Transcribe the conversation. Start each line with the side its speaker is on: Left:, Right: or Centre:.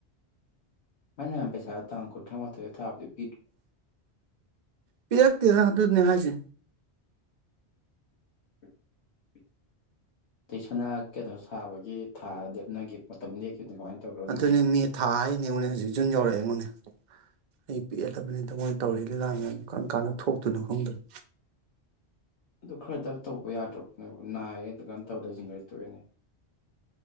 Left: ꯃꯌꯥ ꯅꯥꯎꯟ ꯄꯩꯁꯥ ꯊꯥꯡ ꯀꯨꯟ꯭ꯔꯃꯊꯣꯏ ꯊꯕꯗꯨ
Right: ꯄꯤꯔꯛꯇꯦꯗ ꯑꯗꯨꯅꯦ ꯍꯥꯏꯁꯦ
Left: <inaudible> ꯇꯩꯁꯅꯥ ꯀꯩꯅꯣ ꯁꯥꯕꯒꯤ ꯊꯥ ꯂꯦꯞꯅꯈꯤ ꯃꯇꯝ <unintelligible> ꯇꯧꯈ꯭ꯔꯕ ꯑꯗꯨꯅ
Right: ꯑꯗꯨꯅꯦ
Left: ꯑꯃꯨꯛ
Right: ꯃꯦ ꯊꯥ ꯍꯥꯏꯅꯤꯉꯣꯟꯅꯦ ꯍꯧꯖꯤꯛ ꯖꯨꯟ ꯌꯧꯔꯛꯑꯦ ꯑꯩꯉꯣꯅꯦ ꯑꯩ ꯄꯤꯛꯍꯜꯂꯕꯅꯤ ꯇꯥꯃꯣꯏꯅ ꯇꯧꯔꯤ ꯂꯤ ꯂꯥꯡꯉ ꯀꯥꯟ ꯀꯥꯟꯅ ꯊꯣꯛꯇꯨꯅꯣ ꯈꯪꯗꯔ꯭ꯦ
Left: ꯑꯗꯨ ꯈꯔꯗ ꯇꯧꯕ ꯌꯥꯗ꯭ꯔꯣ ꯅꯥꯏꯌꯦ ꯑꯗꯨ ꯂꯩꯖꯤꯅꯒꯔ꯭ꯗꯤ ꯇꯣꯛ ꯅꯦ